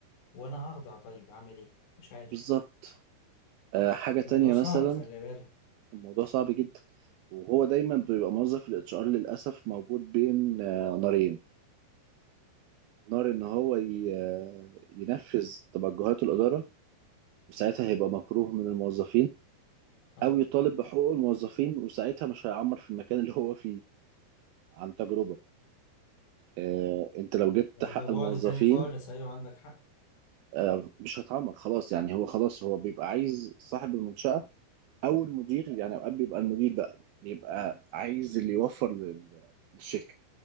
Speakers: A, on the left; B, on the right.
A: وأنا هخضع طيب أعمل إيه مش عارف
B: بالظبط آه حاجة تانية
A: الموضوع صعب
B: مثلا
A: خلي بالك
B: الموضوع صعب جدا وهو دايما بيبقى موظف الاتش ار للأسف موجود بين آه نارين نار ان هو ي- آه، ينفذ توجهات الإدارة وساعتها هيبقى مكروه من الموظفين
A: آه
B: أو يطالب بحقوق الموظفين وساعتها مش هيعمر في المكان اللي هو فيه عن تجربة آه، أنت لو جبت حق
A: ده بعد
B: الموظفين
A: تاني خالص أيوة عندك حق
B: آه، مش هتعمر خلاص يعني هو خلاص هو بيبقى عايز صاحب المنشأة أو المدير يعني أوقات بيبقى المدير بقى بيبقى عايز اللي يوفر لل- للشركة